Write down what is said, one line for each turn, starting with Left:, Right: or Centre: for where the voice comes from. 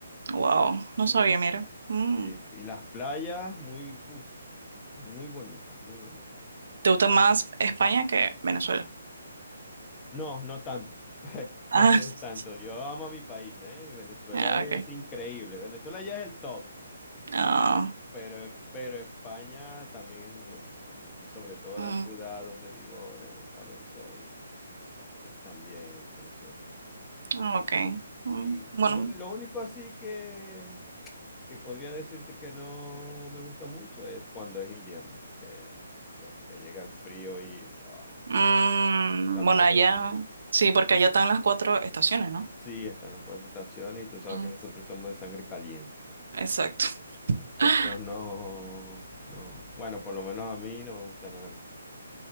Right: wow,
Left: muy
Right: no sabía,
Left: sana.
Right: mira.
Left: Sí,
Right: Mm.
Left: sí. Y las playas, muy, uf, muy bonitas, muy bonitas.
Right: ¿Te gusta más España que Venezuela?
Left: No, no tanto. <laughs> No,
Right: <laughs>
Left: no tanto. Yo amo a mi país, ¿eh? Venezuela
Right: Ah, ah, ok.
Left: es increíble. Venezuela ya es el top,
Right: Ah,
Left: pero, pero España también es muy bonita, muy bonita. Y sobre todo
Right: mm,
Left: la ciudad donde vivo ahora, en Valencia, es, es también preciosa.
Right: ah, ok. Mm,
Left: Y
Right: bueno,
Left: lo, un- lo único así que, que podría decirte que no me gusta mucho es cuando es invierno, que, fua, que llega el frío y... ah,
Right: mm,
Left: o sea, a mí
Right: bueno,
Left: no
Right: allá,
Left: me gusta.
Right: sí, porque allá están las cuatro estaciones, ¿no?
Left: Sí, están las cuatro estaciones y tú sabes
Right: Mm,
Left: que nosotros somos de sangre caliente.
Right: exacto.
Left: Nosotros
Right: <laughs>
Left: no, no. Bueno, por lo menos a mí no me gusta nada el frío.